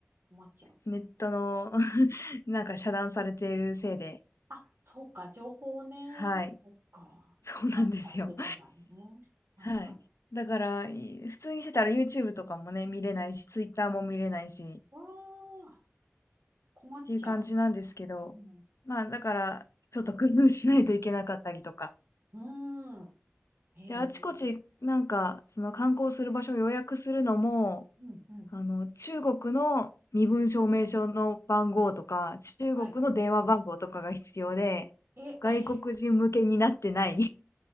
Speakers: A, on the right; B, on the left.
A: 困っちゃう。
B: ネットの <laughs> なんか遮断されているせいで、
A: あ、そうか、情報ね。
B: はい。
A: そうか。
B: <laughs> そうなんですよ。
A: 管理されてるんだよね。はい、
B: はい。
A: はい。
B: だから、い普通にしてたら YouTube とかもね、見れないし、Twitter も見れないし、
A: わー、
B: っていう感じなんですけど、
A: 困っちゃう。うん。
B: まあ、だから、ちょっと工夫しないといけなかったりとか。
A: うーん。へえ。
B: で、あちこち、
A: う
B: なんか、その観光する場所を予約するのも、
A: ん、うん。
B: あの、中国の身分証明書の番号とか、中国の電話番号とかが必要で、
A: はい。え、
B: 外国人向けになってない
A: <laughs>